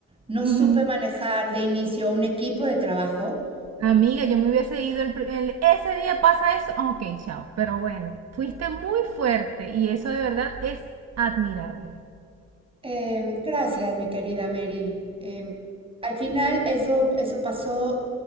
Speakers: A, on the right (about 20°); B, on the right (about 55°).
A: no
B: Ujú.
A: supe manejar de inicio un equipo de trabajo,
B: Amiga, yo me hubiese ido el, pri- el- ese día pasa eso, ah, ok, chao. Pero bueno, fuiste muy fuerte y eso de verdad es admirable.
A: Em, gracias, mi querida Mary. Em, al final eso, eso pasó.